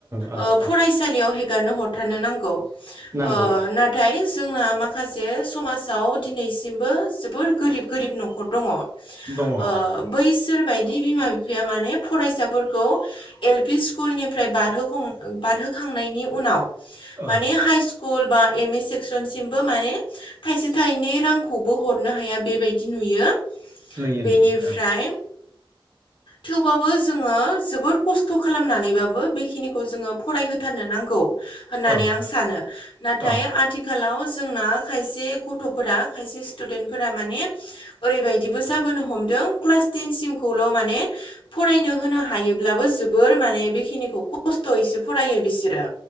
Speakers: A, on the right; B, on the left.
A: ओं
B: ओ फरायसालियाव
A: ओं
B: हे गारना हरथारनो नांगौ। ओ‌
A: नांगौ ओं
B: नाथाय जोंना माखासे समासाव दिनैसिमबो जोबोर गोरिब गोरिब न'खर दङ'। ओ
A: दङ ओं
B: बैस सोरबायदि बिमा बिफाया माने फरायसाफोरखौ एल पि स्कुलनिफ्राय बारहो हं बारहो खांनायनि उनाव
A: ओं
B: माने हाइस कुल बा एम ए सेक्सनसिमबो माने थाइसे थाइनै रांखौबो हरनो हाया बेबायदि नुयो
A: नुयो
B: बेनिफ्राय
A: नुयो
B: थेवबाबो जोङो जोबोद खस्थ' खालामनानैबाबो बे खिनिखौ जोङो फरायहोथारनो नांगौ होननानै
A: ओं
B: आं सानो। नाथाय
A: ओं
B: आथिखालाव जोंना खायसे गथ'फोरा खायसे स्टुदेन्ट फोरा माने ओरैबायदिबो जाबोनो हमदो दों क्लास टेन सिमखौल' माने फरायनो होनो हायोब्लाबो जोबोर माने बेखिनिखौ खस्थ'यैसो फरायो बिसोरो।